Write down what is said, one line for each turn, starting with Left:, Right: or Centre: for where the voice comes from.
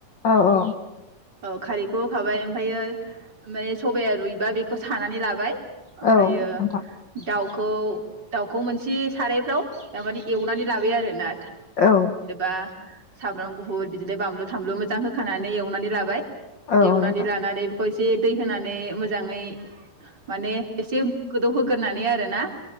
Left: औ औ।
Right: औ खारैखौ होखाबाय ओमफायो माने सबाया रुइबा बेखौ सानानै लाबाय। ओमफायो
Left: औ नोंथां
Right: दाउ खौ दाउखौ मोनसे सारायफ्राव थारमाने एवनानै लाबाय आरोना।
Left: औ।
Right: आ सामब्राम गुफुर बिदिनो बामलु थामलु मोजां होखानानै एवनानै लाबाय।
Left: औ नोंथां
Right: एवनानै
Left: औ नोंथां
Right: लानानानै बेखौ एस से दै होनानै मोजाङै माने एसे गोदौहोगोरनानै आरो ना ।